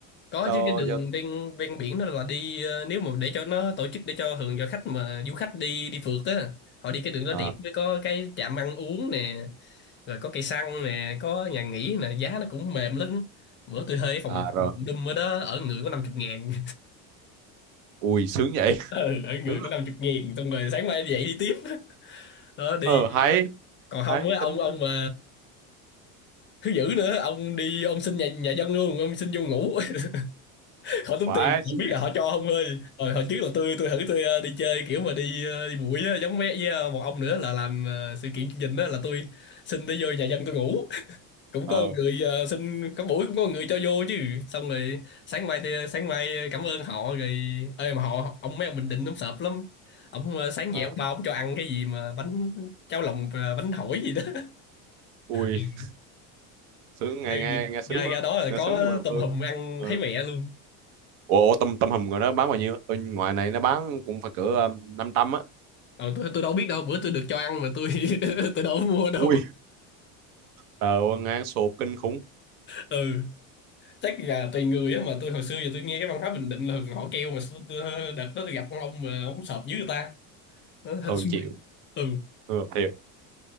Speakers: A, on the left; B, on the right.
A: có
B: cho
A: chứ cái đường
B: cho
A: ven ven biển đó là đi ờ, nếu mà để cho nó tổ chức để cho thường cho khách mà du khách đi đi phượt á họ đi cái đường đó
B: à
A: đẹp với có cái trạm ăn uống nè rồi có cây xăng nè có nhà nghỉ nè giá nó cũng mềm lắm bữa tôi thuê phòng
B: à rồi
A: phòng đùm ở đó ở người có năm chục ngàn
B: ui sướng vậy
A: ừ
B: <laughs>
A: ở người
B: đúng rồi.
A: có năm chục nghìn xong rồi sáng mai dậy đi tiếp đó đi
B: ờ hay
A: còn không
B: hay
A: á ông
B: tính
A: ông
B: tính
A: mà thứ dữ nữa ông đi ông xin nhà nhà dân luôn ông xin vô ngủ <laughs> khỏi tốn
B: quá
A: tiền
B: sướng
A: không biết
B: gì.
A: là họ cho không ơi rồi hồi trước là tôi tôi thử tôi ờ, đi chơi kiểu mà đi ờ, đi bụi á giống mẹ với ờ, một ông nữa là làm ờ, sự kiện chương trình đó là tôi xin đi vô nhà dân tôi ngủ cũng
B: ờ
A: có người ờ, xin có buổi cũng có người cho vô chứ xong rồi sáng mai thì- sáng mai cảm ơn họ rồi ơi mà họ ông mấy ông Bình Định ông sợp lắm ông ờ, sáng
B: ờ
A: dậy ông bao ông cho ăn cái gì mà bánh cháo lòng ờ, bánh hỏi gì đó <laughs>
B: ui
A: Ừ.
B: sướng nghe
A: Ê,
B: nghe nghe sướng
A: nhà
B: quá
A: ra đó là
B: nghe
A: có
B: sướng gì mà
A: tôm
B: ừ
A: hùm ăn
B: Ờ.
A: thấy mẹ luôn
B: ủa, ủa tôm tôm hùm rồi nó bán bao nhiêu tôi ngoài này nó bán cũng phải cỡ um, năm trăm á
A: ờ, tôi, tôi đâu biết đâu bữa tôi được cho ăn mà tôi <laughs> tôi đâu có mua đâu
B: ui ờ ngang sụp kinh khủng
A: ừ chắc là tùy người á mà tôi hồi xưa giờ tôi nghe cái văn hóa Bình Định là thường họ kêu mà tôi, tôi, đợt đó tôi gặp con ông mà ông sợp dưới người ta nó hên
B: tôi
A: xui
B: không chịu
A: ừ
B: ừ, thiệt